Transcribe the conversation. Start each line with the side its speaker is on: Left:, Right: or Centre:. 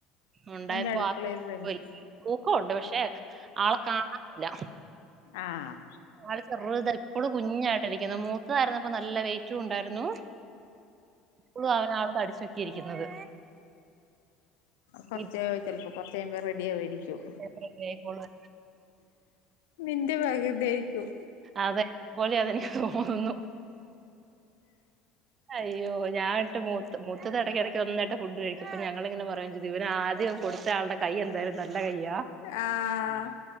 Right: ഉണ്ടായപ്പോ
Left: എന്റെ അടുക്കളയിൽ
Right: <unintelligible>
Left: റേഞ്ച്
Right: തൂക്കണ്ട് പക്ഷെ ആളെ കാണാനില്ല
Left: ആഹ്
Right: ആള് ചെറുതാ ഇപ്പളും കുഞ്ഞായിട്ടിരിക്കുന്നു മൂത്തതായിരുന്നപ്പ നല്ല വെയ്റ്റും ഉണ്ടായിരുന്നു ഫുളളും അവനാണ് തടിച്ചക്കെ ഇരിക്കുന്നത്.
Left: കുറച്ച്
Right: ഇത്
Left: ചിലപ്പോ കുറച്ച് കഴിയുമ്പം റെഡി ആവുവായിരിക്കും.
Right: ചിലപ്പോ റെഡിയായിക്കോളും
Left: നിന്റെ പ്രകൃതി ആയിരിക്കും
Right: അതെ പോലെ അതെനിക്ക്‌ തോന്നുന്നു. അയ്യോ ഞാനിട്ട് മൂത്ത മൂത്തത് ഇടയ്ക്കിടയ്ക്ക് നന്നായിട്ട് ഫുഡ് കഴിക്ക അപ്പൊ ഞങ്ങളിങ്ങനെ പറയുംചെയ്തു ഇവൻ ആദ്യം കൊടു ചാളുടെ കൈ എന്തായാലും നല്ല കയ്യാ
Left: ആഹ്